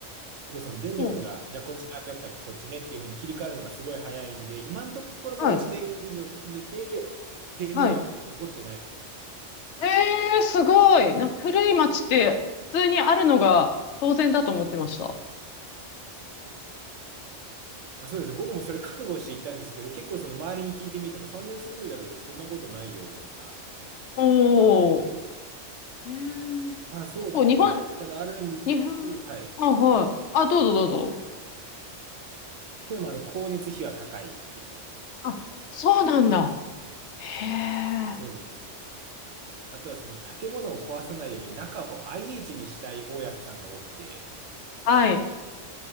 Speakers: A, on the right (about 80°); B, on the left (about 70°).
A: 結構その電力が、
B: お
A: じゃあこっちなくなったらこっちねっていうふうに切り替わるのがすごい早いんで、今のところもう1年以上住んでて、
B: はい。
A: 停電は起こってない。
B: はい。ええすごい。なんか古い町って普通にあるのが当然だと思ってました。
A: まあ、そうですね。僕もそれ覚悟していったんですけど、結構その周りに聞いてみても、3年住んでたけど、そんなことないよとか。
B: おー。えー、
A: まあそうですね。
B: 結構日本、
A: ただあるんですけど、
B: 日本、
A: はい。
B: あ、はい。あ、どうぞどうぞ。
A: けど、まあ、あの、光熱費は高いっていう。
B: あ、そうなんだ。へえ。
A: そうですね。あとはその建物を壊さないように中を IH にしたい大家さんが多くて、
B: はい。